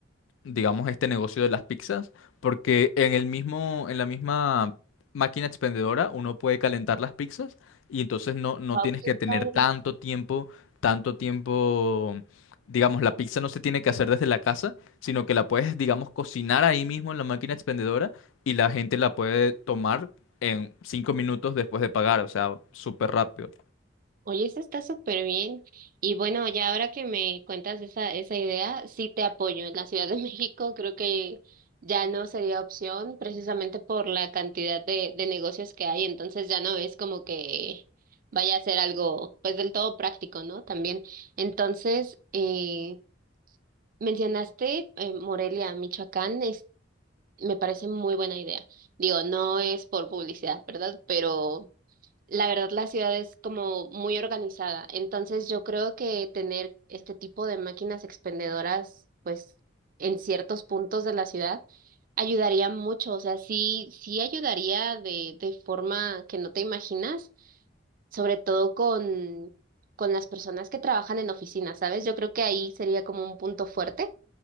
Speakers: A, on the left; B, on the right.
A: digamos, este negocio de las pizzas, porque en el mismo, en la misma máquina expendedora uno puede calentar las pizzas y entonces no, no
B: Wow,
A: tienes
B: qué
A: que tener
B: padre.
A: tanto tiempo, tanto tiempo, digamos, la pizza no se tiene que hacer desde la casa, sino que la puedes, digamos, cocinar ahí mismo en la máquina expendedora y la gente la puede tomar en cinco minutos después de pagar, o sea, súper rápido.
B: Oye, eso está súper bien. Y bueno, ya ahora que me cuentas esa, esa idea, sí te apoyo. En la Ciudad de <laughs> México creo que ya no sería opción precisamente por la cantidad de, de negocios que hay. Entonces ya no es como que vaya a ser algo pues del todo práctico, ¿no? También. Entonces, eh, mencionaste eh, Morelia, Michoacán, es, me parece muy buena idea. Digo, no es por publicidad, ¿verdad? Pero... La verdad, la ciudad es como muy organizada, entonces yo creo que tener este tipo de máquinas expendedoras, pues en ciertos puntos de la ciudad, ayudaría mucho, o sea, sí, sí ayudaría de, de forma que no te imaginas, sobre todo con, con las personas que trabajan en oficinas, ¿sabes? Yo creo que ahí sería como un punto fuerte